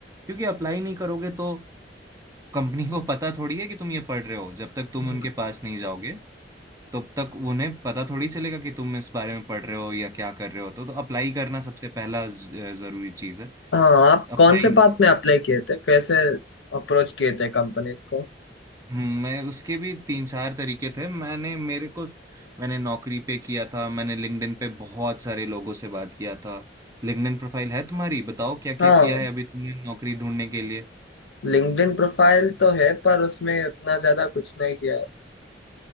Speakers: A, on the right; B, on the left.
A: क्योंकि अप्लाई नहीं करोगे तो कंपनी को पता थोड़ी है कि तुम ये पढ़ रहे हो जब तक तुम
B: हम्म,
A: उनके पास नहीं जाओगे तब तक उन्हें पता थोड़ी चलेगा कि तुम इस बारे में पढ़ रहे हो या क्या कर रहे हो तो, तो अप्लाई करना सबसे पहला ज- जरूरी चीज़ है
B: हाँ आप कौन
A: अप्लाई
B: से बात में अप्लाई किए थे कैसे अप्रोच किए थे कंपनीज को
A: हम्म, मैं उसके भी तीन चार तरीके थे मैंने मेरे को मैंने नौकरी पे किया था मैंने लिंक्डइन पे बहुत सारे लोगों से बात किया था लिंक्डइन प्रोफाइल है तुम्हारी बताओ क्या क्या
B: हाँ
A: किया है अभी तुमने नौकरी ढूंढने के लिए
B: लिंक्डइन प्रोफाइल तो है पर उसमें उतना ज्यादा कुछ नहीं किया